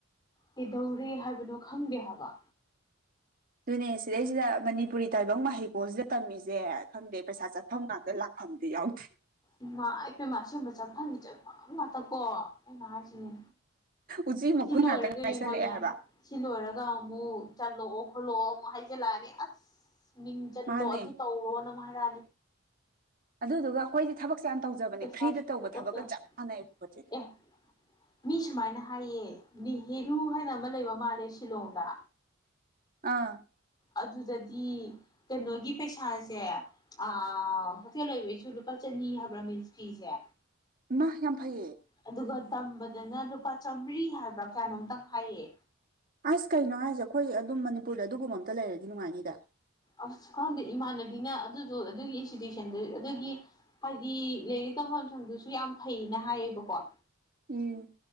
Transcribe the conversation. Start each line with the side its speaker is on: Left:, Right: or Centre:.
Left: ꯀꯩꯗꯧꯔꯤ ꯍꯥꯏꯕꯅꯣ ꯈꯪꯗꯦ ꯍꯥꯏꯕ
Right: ꯑꯗꯨꯅꯦ ꯁꯤꯗꯩꯁꯤꯗ ꯃꯅꯤꯄꯨꯔꯤ ꯇꯥꯏꯕꯪ ꯃꯍꯩꯀꯣꯜꯁꯤꯗ ꯇꯝꯃꯤꯁꯦ ꯈꯪꯗꯦ ꯄꯩꯁꯥ ꯆꯠꯐꯝ ꯉꯥꯛꯇꯥ ꯂꯥꯛꯐꯝꯗꯤ ꯌꯥꯎ
Left: ꯏꯃꯥ ꯄꯦꯃꯥ ꯑꯁꯦꯡꯕ ꯆꯠꯐꯝꯒꯤ ꯆꯠꯐꯃ ꯉꯥꯛꯇ ꯀꯣ ꯑꯩꯅ ꯍꯥꯏꯁꯤꯅꯦ
Right: ꯎꯆꯤ ꯃꯈꯨꯟ
Left: ꯁꯤ ꯂꯣꯏꯔꯒ
Right: ꯉꯥꯛꯇ ꯉꯥꯏꯁꯜꯂꯛꯑꯦ
Left: ꯌꯦꯡꯉꯣꯅꯦ
Right: ꯍꯥꯏꯕ
Left: ꯁꯤ ꯂꯣꯏꯔꯒ ꯑꯃꯨꯛ ꯆꯠꯂꯣ ꯑꯣꯈꯥꯠꯂꯣ ꯑꯃꯨꯛ ꯍꯥꯏꯖꯤꯜꯂꯛꯑꯅꯤ ꯑꯁ ꯃꯤꯡ ꯖꯜꯂꯣ
Right: ꯃꯥꯅꯦ
Left: ꯑꯗꯨ ꯇꯧꯔꯣ ꯅ ꯑꯃꯨꯛ ꯍꯥꯏꯔꯛꯅꯤ
Right: ꯑꯗꯨꯗꯨꯒ ꯑꯩꯈꯣꯏꯗꯤ ꯊꯕꯛꯁꯦ ꯌꯥꯝ ꯇꯧꯖꯕꯅꯦ
Left: ꯄꯩꯁꯥꯁꯨ
Right: ꯐ꯭ꯔꯤꯗ ꯇꯧꯕ
Left: ꯀꯣꯠꯇꯅ
Right: ꯊꯕꯛꯀ ꯆꯞ ꯃꯥꯟꯅꯩ ꯄꯣꯠꯁꯦ
Left: ꯑꯦ ꯃꯤ ꯁꯨꯃꯥꯏꯅ ꯍꯥꯏꯌꯦ ꯅꯦꯍꯦꯔꯨ ꯍꯥꯏꯅ ꯑꯃ ꯂꯩꯕ ꯃꯥꯜꯂꯦ ꯁꯤꯂꯣꯡꯗ
Right: ꯑꯥ
Left: ꯑꯗꯨꯗꯗꯤ ꯀꯩꯅꯣꯒꯤ ꯄꯩꯁꯥꯁꯦ ꯑ ꯍꯣꯇꯦꯜ ꯂꯩꯕꯩꯁꯨ ꯂꯨꯄꯥ ꯆꯅꯤ ꯍꯥꯏꯕ꯭ꯔꯥ ꯃꯤꯁ ꯐꯤꯁꯦ
Right: ꯏꯃꯥ ꯌꯥꯝ ꯐꯩꯌꯦ
Left: ꯑꯗꯨꯒ ꯇꯝꯕꯗꯅ ꯂꯨꯄꯥ ꯆꯥꯝꯃꯔꯤ ꯍꯥꯏꯕ꯭ꯔꯥ ꯀꯌꯥꯅꯣꯝꯇꯪ ꯍꯥꯏꯌꯦ
Right: ꯑꯁ ꯀꯩꯅꯣ ꯍꯥꯏꯁꯦ ꯑꯩꯈꯣꯏ ꯑꯗꯨꯝ ꯃꯅꯤꯄꯨꯔꯗ ꯑꯗꯨꯒꯨꯝꯕ ꯑꯝꯇ ꯂꯩꯔꯗꯤ ꯅꯨꯡꯉꯥꯏꯅꯤꯗ
Left: ꯑꯁ ꯈꯪꯗꯦ ꯏꯃꯥꯟꯅꯕꯤꯅ ꯑꯗꯨꯗꯣ ꯑꯗꯨꯒꯤ ꯏꯟꯁꯇꯤꯇ꯭ꯨꯁꯟꯗꯨ ꯑꯗꯨꯒꯤ ꯍꯥꯏꯗꯤ ꯂꯥꯏꯔꯤꯛ ꯇꯝꯐꯝ ꯁꯪꯗꯨꯁꯨ ꯌꯥꯝ ꯐꯩꯅ ꯍꯥꯏꯌꯦꯕꯀꯣ
Right: ꯎꯝ